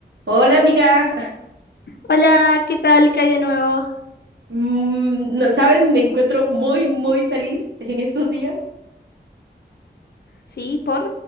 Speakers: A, on the right; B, on the left.
A: Hola amiga,
B: Hola, ¿qué tal? ¿Qué hay de nuevo?
A: Mm, no sabes, me encuentro muy, muy feliz en estos días.
B: Sí, por,